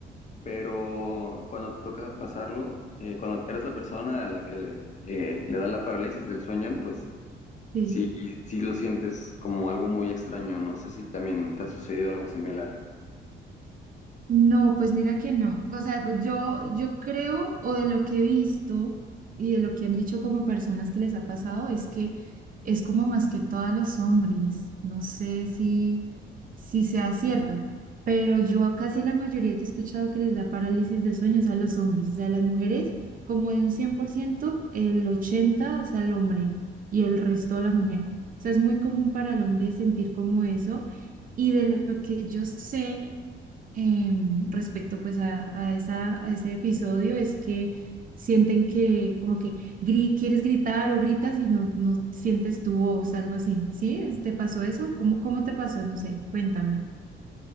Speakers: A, on the left (about 35°); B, on the right (about 45°).
A: pero cuando te toca pasarlo, eh, cuando eres la persona a la que le, eh, le da la parálisis del sueño, pues
B: sí.
A: sí, sí lo sientes como algo muy extraño. No sé si también te ha sucedido algo similar.
B: No, pues mira que no. O sea, pues yo, yo creo, o de lo que he visto y de lo que han dicho como personas que les ha pasado, es que es como más que todos los hombres. No sé si sí sea cierto, pero yo a casi la mayoría que he escuchado que les da parálisis de sueños a los hombres, o sea, a las mujeres como de un 100% el 80% es al hombre y el resto a la mujer. O sea, es muy común para el hombre sentir como eso. Y de lo que yo sé, em, respecto pues a, a esa, a ese episodio es que sienten que como que gri- quieres gritar o gritas y no, no sientes tu voz, algo así. ¿Sí? ¿Es- ¿Te pasó eso? ¿Cómo, cómo te pasó? No sé, cuéntame.